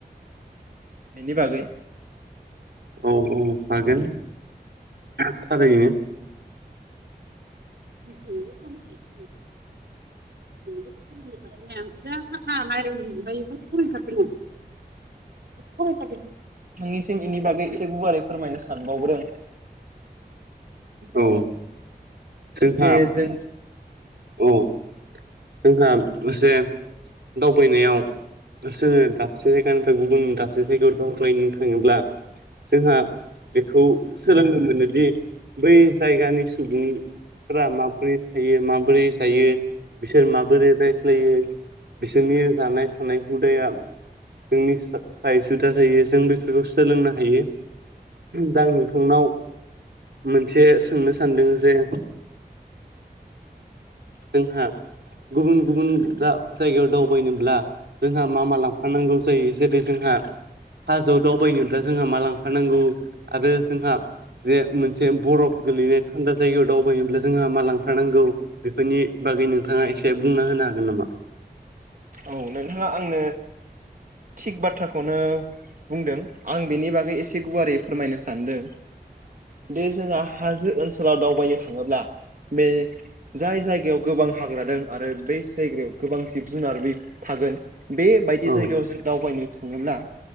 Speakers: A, on the right; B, on the right.
A: बेनि बागै
B: औ औ हागोन। <unintelligible> थारैनो। <unintelligible> <unintelligible> <unintelligible>
A: नोंनिसिम बेनि बागै एसे गुवारै फोरमायनो सानबावदों।
B: औ जोंहा
A: जे जों
B: औ। जोंहा एसे दावबायनायाव जोङो दाबसे जायगानिफ्राय गुबुन दाबसे जायगायाव दावबायनो थाङोब्ला जोंहा बेखौ सोलोंनो मोनोदि बै जायगानि सुबुं फोर माबोरै थायो माबोरै जायो? बिसोर माबोरै रायज्लायो बिसोरनि जानाय थानाय हुदाया जोंनि फ्राय जुदा जायो जों बेफोरखौ सोलोंनो हायो। दा नोंथांनाव मोनसे सोंनो सानदों जे जोंहा गुबुन गुबुन जायगायाव दावबायनोब्ला जोंहा मा मा लांफानांगौ जायो? जेरै जोंहा फार्स्टआव दावबायनोब्ला जोंहा मा लांफानांगौ आरो जोंहा जे मोनसे बरफ गोलैनाय थान्दा जायगायाव दावबायनोब्ला जोंहा मा लांफानांगौ? बेफोरनि बागै नोंथाङा एसे बुंना होनो हागोन नामा?
A: औ नोंथाङा आंनो थिग बाथ्राखौनो बुंदों आं बेनि बागै एसे गुवारै फोरमायनो सानदों। बे जोंहा हाजो ओनसोलाव दावबायनो थाङोब्ला बे जाय जायगायाव गोबां हाग्रा दं आरो बै जायगायाव गोबां जिब जुनार बे थागोन बेबायदि
B: औ
A: जायगायाव जों दावबायनो थाङोब्ला